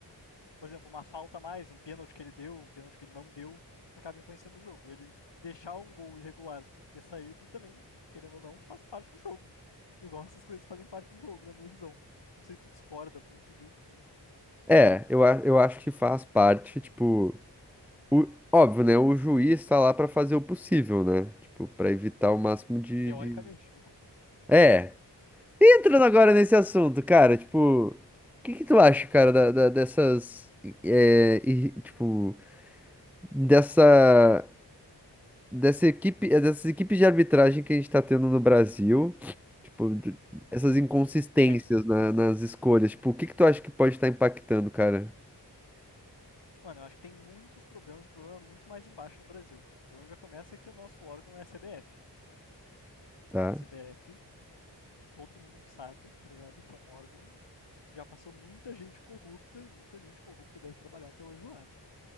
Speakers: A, on the left; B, in the centre.
A: Por exemplo, uma falta a mais, um pênalti que ele deu, um pênalti que ele não deu, acaba influenciando o jogo. Ele deixar um gol irregular ter saído também, querendo ou não, faz parte do jogo. Igual essas coisas fazem parte do jogo, na minha visão. Não sei se tu discorda muito disso, mas
B: É, eu, a- eu acho que faz parte, tipo. o- óbvio, né? O juiz tá lá pra fazer o possível, né? Tipo, pra evitar o máximo de,
A: teoricamente,
B: de-
A: né?
B: É. Entrando agora nesse assunto, cara, tipo, o que que tu acha, cara, da, da- dessas, é, e, tipo, dessa, dessa equipe, é, dessas equipes de arbitragem que a gente tá tendo no Brasil, tipo, d- essas inconsistências
A: Péssima.
B: na- nas escolhas, tipo, o que que tu acha que pode estar impactando, cara?
A: Mano, eu acho que tem muitos problemas e problema muito mais embaixo no Brasil. O problema já começa que o nosso órgão é a CBF.
B: Tá?
A: A CBF, todo mundo sabe, tá ligado? Que é um órgão que já passou muita gente corrupta e muita gente corrupta deve trabalhar até hoje lá, né?